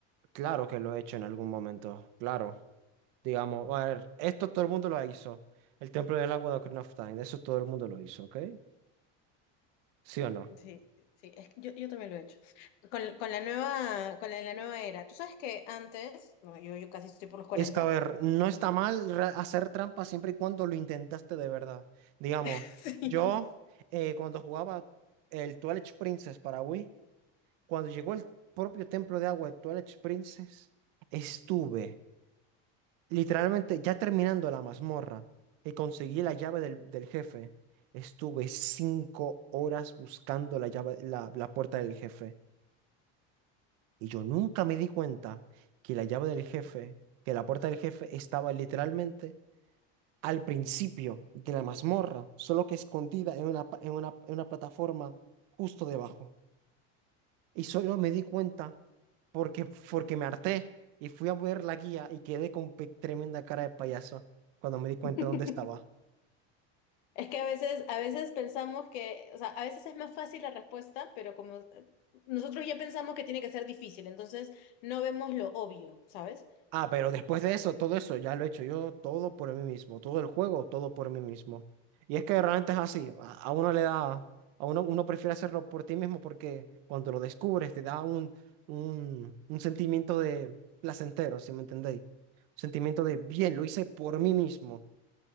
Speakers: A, on the right; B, on the left.
A: Claro que lo he hecho en algún momento, claro. Digamos, a ver, esto todo el mundo lo hizo. El Templo del Agua de Ocarina of Time, eso todo el mundo lo hizo, ¿ok? ¿Sí o no?
B: Sí, sí, es que yo, yo también lo he hecho. Con, con la nueva, con la, la nueva era. Tú sabes que antes, bueno, yo, yo casi estoy por los cuarenta.
A: Es que, a ver, no está mal re- hacer trampa siempre y cuando lo intentaste de verdad. Digamos,
B: <laughs>
A: yo eh, cuando jugaba el Twilight Princess para Wii, cuando llegó el propio templo de agua de Twilight Princess, estuve literalmente ya terminando la mazmorra y conseguí la llave del, del jefe. Estuve cinco horas buscando la llave, la, la puerta del jefe. Y yo nunca me di cuenta que la llave del jefe, que la puerta del jefe estaba literalmente al principio de la mazmorra, solo que escondida en una, pa- en una, en una plataforma justo debajo. Y solo me di cuenta porque, porque me harté y fui a ver la guía y quedé con pe- tremenda cara de payaso cuando me di cuenta
B: Sí.
A: dónde estaba.
B: Es que a veces, a veces pensamos que, o sea, a veces es más fácil la respuesta, pero como nosotros ya pensamos que tiene que ser difícil, entonces no vemos lo obvio, ¿sabes?
A: Ah, pero después de eso, todo eso ya lo he hecho yo todo por mí mismo, todo el juego, todo por mí mismo. Y es que realmente es así, a, a uno le da, a uno, uno prefiere hacerlo por ti mismo porque cuando lo descubres te da un, un, un sentimiento de placentero, si me entendéis? Un sentimiento de bien, lo hice por mí mismo,